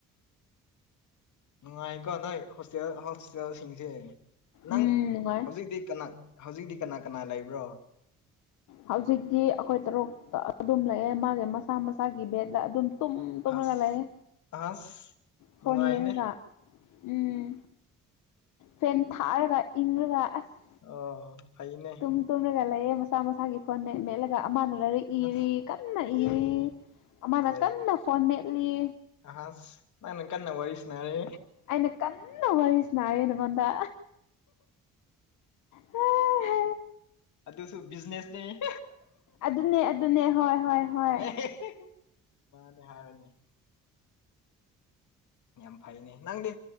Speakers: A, on the left; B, on the left.
A: ꯅꯨꯡꯉꯥꯏꯀꯣ ꯅꯣꯏ ꯍꯣꯁꯇꯦꯜ ꯍꯣꯁꯇꯦꯜꯁꯤꯡꯁꯦ ꯅꯪ
B: ꯎꯝ ꯅꯨꯡꯉꯥꯏ
A: ꯍꯧꯖꯤꯛ ꯀꯅꯥ ꯍꯧꯖꯤꯛꯇꯤ ꯀꯅꯥ ꯀꯅꯥ ꯂꯩꯕ꯭ꯔꯣ
B: ꯍꯧꯖꯤꯛꯇꯤ ꯑꯩꯈꯣꯏ ꯇꯔꯨ ꯑꯗꯨꯝ ꯂꯩꯑꯦ ꯃꯥꯁꯦ ꯃꯁꯥ ꯃꯁꯥꯒꯤ ꯕꯦꯗꯠꯇ ꯑꯗꯨꯝ ꯇꯨꯝ ꯇꯨꯝꯔꯒ
A: ꯑꯁ
B: ꯂꯩꯑꯦ
A: ꯑꯁ
B: ꯐꯣꯟ
A: ꯅꯨꯡꯉꯥꯏꯅꯦ
B: ꯌꯦꯡꯉꯒ ꯎꯝ ꯐꯦꯟ ꯊꯥꯔꯒ ꯏꯪꯔꯒ ꯑꯁ
A: ꯑꯣ ꯐꯥꯏꯌꯦꯅꯦ
B: ꯇꯨꯝꯂꯒ ꯂꯩꯑꯦ ꯃꯁꯆꯥ ꯃꯁꯥꯒꯤ ꯐꯣꯟ ꯃꯦꯠꯂꯒ ꯑꯃꯅ ꯂꯩꯔꯛ
A: ꯑꯁ
B: ꯏꯔꯤ ꯀꯟꯅ ꯏꯔꯤ
A: ꯑꯦ
B: ꯃꯥꯅ
A: ꯐꯖꯩ
B: ꯀꯟꯅ ꯐꯣꯟ ꯃꯦꯠꯂꯤ
A: ꯑꯍꯁ ꯅꯪꯅ ꯀꯟꯅ ꯋꯥꯔꯤꯁꯤꯅꯔꯦ
B: ꯑꯩꯅ ꯀꯟꯅ ꯋꯥꯔꯤꯁ ꯔꯦ ꯅꯉꯣꯟꯗ ꯎꯥ
A: ꯑꯗꯨꯁꯨ ꯕꯤꯖꯤꯅꯦꯁꯅꯤ
B: ꯑꯗꯨꯅꯦ ꯑꯗꯨꯅꯦ ꯍꯣꯏ ꯍꯣꯏ ꯍꯣꯏ
A: ꯑꯦ ꯃꯥꯗ ꯍꯥꯔꯅꯥꯏ ꯌꯥꯝ ꯐꯩꯅꯦ ꯅꯪꯗꯤ